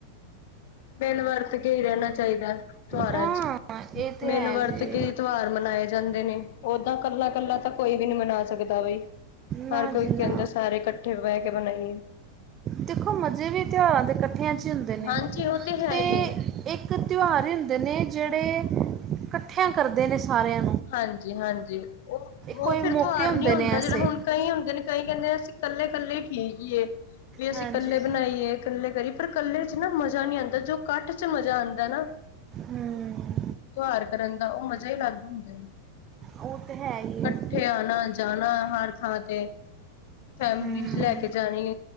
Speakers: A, on the left; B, on the right.
A: ਮਿਲ ਵਰਤ ਕੇ ਹੀ ਰਹਿਣਾ ਚਾਹੀਦਾ ਤਿਉਹਾਰਾਂ
B: ਹਾਂ
A: ਚ
B: ਇਹ ਤਾਂ
A: ਮਿਲ
B: ਹੈ
A: ਵਰਤ
B: ਜੀ
A: ਕੇ ਤਿਉਹਾਰ ਮਨਾਏ ਜਾਂਦੇ ਨੇ ਓਦਾਂ ਕੱਲਾ ਕੱਲਾ ਤੱਕ ਕੋਈ ਵੀ ਨਹੀ ਮਨਾ ਸਕਦਾ ਬਈ
B: ਨਾ ਜੀ
A: ਕੇ ਕਹਿੰਦੇ
B: ਨਾ
A: ਸਾਰੇ ਇਕੱਠੇ ਬਹਿ ਕੇ ਬਣਾਈਏ
B: ਦੇਖੋ ਮਜ਼ੇ ਵੀ ਤਿਉਹਾਂ ਦੇ ਇਕੱਠਿਆਂ ਹੁੰਦੇ ਨੇ
A: ਹਾਂਜੀ ਉਹ ਤੇ
B: ਅਤੇ
A: ਹੈ ਹੀ ਹੈ
B: ਇੱਕ ਤਿਉਹਾਰ ਹੁੰਦੇ ਨੇ ਜਿਹੜੇ ਇਕੱਠਿਆਂ ਕਰਦੇ ਨੇ ਸਾਰਿਆਂ ਦੇ
A: ਹਾਂਜੀ ਹਾਂਜੀ ਉਹ, ਉਹ
B: ਕੋਈ
A: ਫਿਰ
B: ਮੌਕੇ
A: ਤਿਓਹਾਰ
B: ਹੁੰਦੇ
A: ਨੀ ਹੁੰਦਾ
B: ਨੇ ਐਸੇ
A: ਜਿਹੜਾ ਹੁਣ ਕਈ ਹੁੰ ਕਈ ਕਹਿੰਦੇ ਅਸੀਂ ਇਕੱਲੇ ਇਕੱਲੇ ਹੀ ਠੀਕ ਹੀਏ ਵੀ ਅਸੀਂ
B: ਹਾਂਜੀ
A: ਇਕੱਲੇ ਬਣਾਈਏ ਇਕੱਲੇ ਕਰੀ ਪਰ ਕੱਲੇ ਚ ਨਾ ਮਜ਼ਾ ਨਹੀ ਆਉਂਦਾ ਜੋ ਕੱਠ ਚ ਮਜ਼ਾ ਆਂਦਾ ਨਾ
B: ਹੂੰ
A: ਤਿਉਹਾਰ ਕਰਨ ਦਾ ਉਹ ਮਜ਼ਾ ਈ ਅਲੱਗ ਹੁੰਦਾ ਹੈ।
B: ਉਹ ਤੇ ਹੈ ਈ।
A: ਕੱਠੇ ਆਣਾ ਜਾਣਾ ਹਰ ਥਾਂ ਤੇ ਫੈਮਲੀ
B: ਹੂੰ
A: ਲੈ ਕੇ ਜਾਣੀ